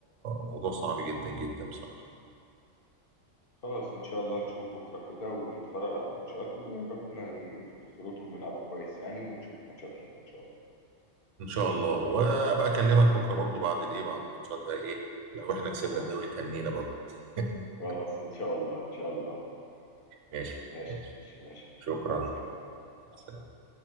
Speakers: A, on the right (about 65°); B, on the left (about 45°).
A: موضوع صعب جدا جدا بصراحه
B: خلاص إن شاء الله نشوف بكرة كده ونتفرج على الماتشات وربنا ينفخ في صورتهم ويلعبوا كويس يعني ونشوف ماتشات حلوة إن شاء الله
A: ان شاء الله وابقى اكلمك بكره برضو بعد الايه بعد الماتشات بقى ايه لو احنا كسبنا
B: خلاص
A: الدوري تهنينا برضو <laughs>
B: خلاص إن شاء الله إن شاء الله
A: ماشي
B: ماشي
A: ماشي
B: يا باشا ماشي يا باشا
A: شكرا
B: مع السلامة
A: مع السلامة.
B: مع السلامة